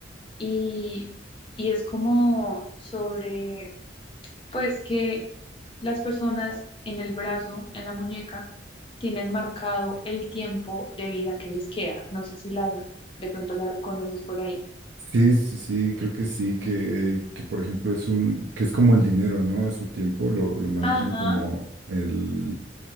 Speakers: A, on the left; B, on the right.
A: y, y es como sobre, pues que las personas en el brazo, en la muñeca, tienen marcado el tiempo de vida que les queda. No sé si la, de pronto la reconoces por ahí.
B: sí, sí, sí, creo que sí, que, que por ejemplo es un, que es como el dinero, ¿no? A su tiempo lo, lo manejan
A: Ajá,
B: como el,